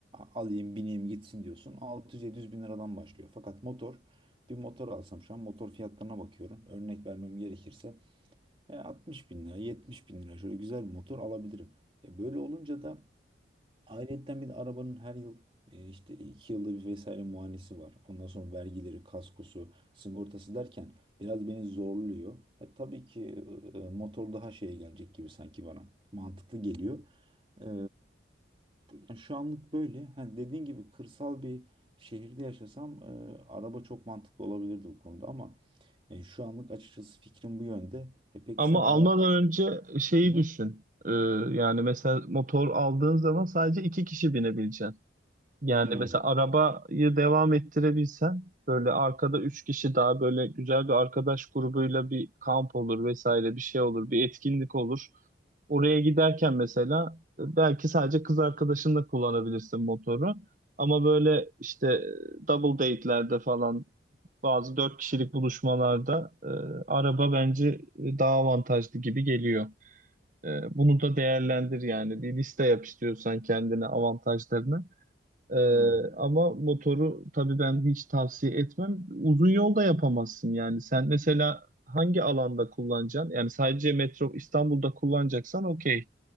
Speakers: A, on the right; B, on the right.
A: alayım bineyim gitsin diyorsun. 600-700 bin liradan başlıyor. Fakat motor bir motor alsam şu an motor fiyatlarına bakıyorum. Örnek vermem gerekirse e, 60 bin lira, 70 bin lira şöyle güzel bir motor alabilirim. E, böyle olunca da ayrıyetten bir de arabanın her yıl e, işte 2 yılda bir vesaire muayenesi var. Ondan sonra vergileri, kaskosu, sigortası derken biraz beni zorluyor. E, tabii ki e, motor daha şeye gelecek gibi sanki bana mantıklı geliyor. E, yani şu anlık böyle. Ha, dediğin gibi kırsal bir şehirde yaşasam e, araba çok mantıklı olabilirdi bu konuda ama e, şu anlık açıkçası fikrim bu yönde. E, peki
B: Ama
A: sen araba...
B: almadan önce şeyi
A: Hı hı.
B: düşün. Ee, yani mesela motor aldığın zaman sadece iki kişi binebileceksin. Yani
A: Hmm.
B: mesela arabayı devam ettirebilsen böyle arkada üç kişi daha böyle güzel bir arkadaş grubuyla bir kamp olur vesaire bir şey olur bir etkinlik olur. Oraya giderken mesela e, belki sadece kız arkadaşınla kullanabilirsin motoru. Ama böyle işte e, double date'lerde falan bazı dört kişilik buluşmalarda e, araba bence e, daha avantajlı gibi geliyor. E, bunu da değerlendir yani bir liste yap istiyorsan kendine avantajlarını. E,
A: Hmm.
B: ama motoru tabii ben hiç tavsiye etmem. Uzun yolda yapamazsın yani. Sen mesela hangi alanda kullanacaksın? Yani sadece metro İstanbul'da kullanacaksan okey.